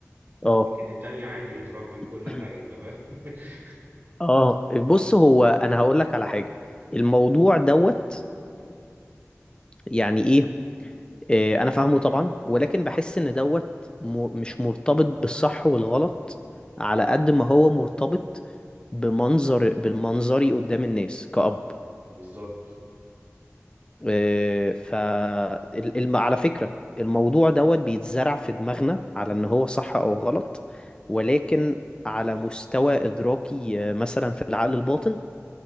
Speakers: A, on the left; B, on the right.
A: اه
B: لكن التاني عادي متربي وكل
A: <clears throat>
B: حاجه انت فاهم <laughs>
A: اه بص هو انا هقول لك على حاجة الموضوع دوت <clears throat> يعني ايه آه، انا فاهمه طبعا ولكن بحس ان دوت م- مش مرتبط بالصح والغلط على قد ما هو مرتبط بمنظر بالمنظري قدام الناس كأب
B: بالظبط
A: آه، ف الم... على فكرة الموضوع دوت بيتزرع في دماغنا على ان هو صح او غلط ولكن على مستوى ادراكي آه، مثلا في العقل الباطن